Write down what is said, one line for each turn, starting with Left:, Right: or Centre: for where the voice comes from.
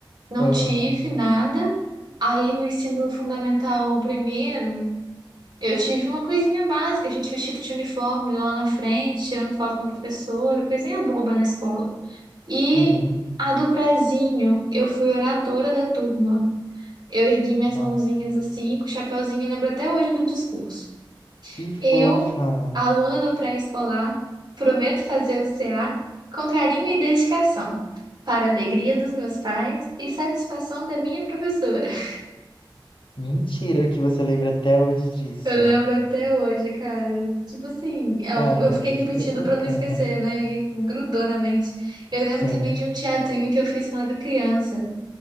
Right: Não
Left: Aham.
Right: tive nada. Aí no ensino fundamental primeiro, eu tive uma coisinha básica, a gente vestido de uniforme lá na frente, tirando foto com a professora, coisinha boba na escola. E
Left: Uhum.
Right: a do prezinho, eu fui oradora da turma. Eu ergui minhas
Left: Nossa,
Right: mãozinhas assim, com o chapéuzinho, e lembro até hoje do discurso.
Left: que fofa.
Right: Eu, aluna do pré-escolar, prometo fazer o CA com carinho e dedicação, para a alegria dos meus pais e satisfação da minha professora. <laughs>
Left: Mentira que você lembra até hoje disso.
Right: Eu lembro até hoje, cara. Tipo assim, é
Left: Caramba,
Right: um- eu fiquei repetindo
Left: que bacana.
Right: para não esquecer, né? E grudou na mente. Eu lembro
Left: Sim.
Right: também de um teatrinho que eu fiz quando era criança.